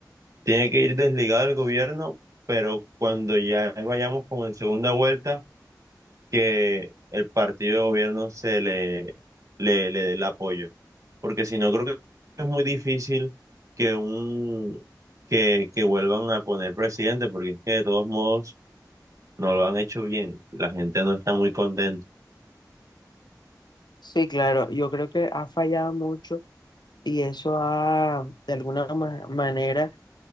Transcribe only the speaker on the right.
Tiene que ir desligado del gobierno, pero cuando ya vayamos como en segunda vuelta que el partido de gobierno se le, le, le dé el apoyo. Porque si no, creo que es muy difícil que un que, que vuelvan a poner presidente, porque es que de todos modos no lo han hecho bien. La gente no está muy contenta.